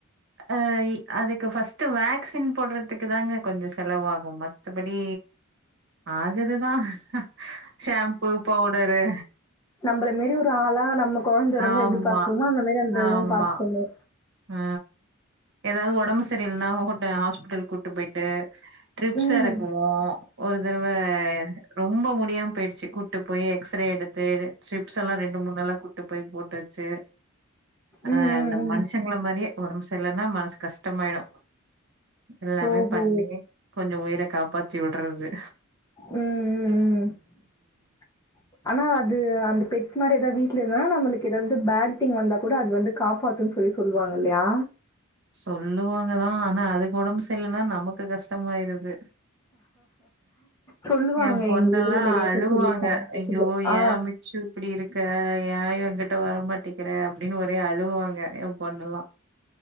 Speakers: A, on the right; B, on the left.
A: அ அதுக்கு ஃபஸ்ட் வேக்சின் போடுறதுக்கு தாங்க கொஞ்சோ செலவாகு மத்தபடி ஆகுது தான் ஷாம்பூ பவுடரு
B: நம்மள மீறி ஒரு ஆளா நம்ம கொழந்த இருந்தா
A: ஆமா
B: எப்டி பாத்துபோமோ அந்த மாரி அந்த இதுவும்
A: ஆமா.
B: பாத்துபீங்க
A: ஆ ஏதாவது ஒடம்பு சரியல்ன்னா ஹோட் ஹாஸ்பிட்டல் கூட்டு போய்ட்டு ட்ரிப்ஸ்
B: ம்
A: எறக்குவோ ஒரு தரவ ரொம்ப முடியாம போயிடுச்சு கூ ட்டு போய் எக்ஸ்ரே எடுத்து டிரிப்ஸ் எல்லா ரெண்டு மூணு நாளா கூட்டு போய் போட்டு வச்சு
B: ம்
A: அ
B: ம்
A: நம்
B: ம்
A: மனுஷங்கள மாரியே ஒடம்பு செர்லன்னா மனசு கஷ்டமாயிடு எல்லாமே
B: ஓஹோ
A: பண்ணி கொஞ்சோ உயிர காப்பாத்திவுட்றது
B: ம் ம் ம் அனா அது அந்த பெட் மாரி எதாவ் வீட்ல இருந்தனா நம்மளுக்கு எதாவது பேட் திங் வந்தா கூட அது வந்து காப்பாத்துன் பொய் சொல்லுவாங்கல்யா
A: சொல்லுவாங்கதா அனா அதுக்கு ஒடம்பு செர்லன்னா நமக்கு கஷ்டமாயிருது
B: சொல்லுவாங்க
A: எ பொண்னெல்லா
B: எங்க இதுல நெறைய
A: அழுவாங்க
B: பேர் சொல்லியிருக்காங்க.
A: ஐயோ
B: ஆ
A: ஏ மி சூ இப்படி இருக்க ஏ எங்கிட்ட வரமாட்டிக்கற அப்டின்னு ஒரே அழுவாங்க எ பொண்ணுல்லா